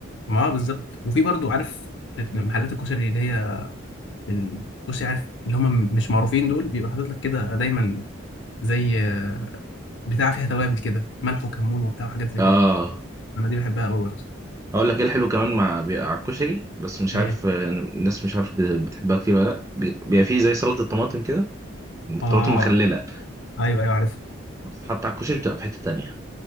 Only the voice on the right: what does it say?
اه
هقول لك ايه الحلو كمان مع بيبقى على الكشري بس مش
عارف آه، الناس مش عارف بت- بتحبها كتير ولا لا بي- بيبقى فيه زي سلطه الطماطم كده الطماطم
مخلله
بتتحط على الكشري بتبقى في حته تانية